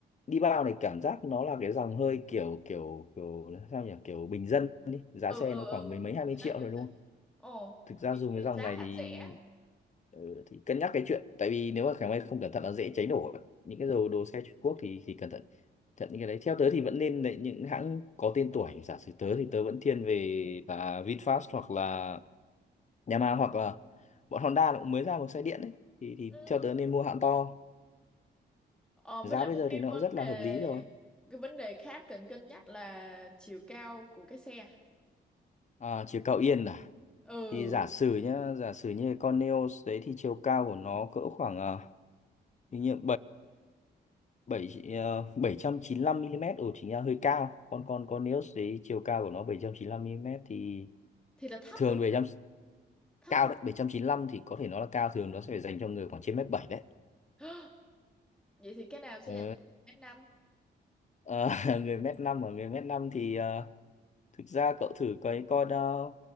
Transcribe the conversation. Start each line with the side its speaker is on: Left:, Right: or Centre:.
Left: đi bao này cảm giác nó là cái dòng hơi kiểu kiểu kiểu sao nhỉ kiểu bình dân đi giá
Centre: ừ
Left: xe
Centre: ừ
Left: nó khoảng
Centre: ừ
Left: mười mấy hai
Centre: kiểu
Left: mươi
Centre: thế
Left: triệu
Centre: kiểu
Left: rồi đúng
Centre: thế
Left: không
Centre: ồ
Left: thực ra
Centre: kiểu
Left: dùng
Centre: như
Left: cái dòng
Centre: giá
Left: này
Centre: hạt
Left: thì
Centre: rẻ
Left: ừ, thì cân nhắc cái chuyện tại vì nếu mà khả may không cẩn thận là dễ cháy nổ ấy. những cái đồ đồ xe Trung Quốc thì thì cẩn thận thận những cái đấy theo tớ thì vẫn nên lấy những hãng có tên tuổi giả sử tớ thì tớ vẫn thiên về là VinFast hoặc là Yamaha hoặc là bọn Honda nó cũng mới ra một xe điện đấy thì thì
Centre: ừ.
Left: theo tớ nên mua hãng to
Centre: ờ, với
Left: giá
Centre: lại
Left: bây
Centre: một
Left: giờ
Centre: cái
Left: thì nó
Centre: vấn
Left: cũng rất
Centre: đề
Left: là hợp lý rồi
Centre: cái vấn đề khác cần cân nhắc là chiều cao của cái xe
Left: à, chiều cao yên à
Centre: ừ
Left: thì giả sử nhá giả sử như con Neos đấy thì chiều cao của nó cỡ khoảng à, hình như ờ, 70 7 795 mm ồ chính là hơi cao còn còn còn nếu đấy chiều cao của nó 795 mm thì
Centre: thì là thấp
Left: thường
Centre: ấy
Left: bảy trăm
Centre: thấp
Left: cao
Centre: không
Left: đấy 795 thì có thể nó là cao thường nó sẽ phải dành cho người khoảng trên mét 7 đấy
Centre: <gasps> vậy thì cái nào sẽ
Left: Ờ.
Centre: dành cho một mét năm
Left: Ờ, <laughs> người mét năm và người mét 5 thì ờ, thực ra cậu thử cái con ờ,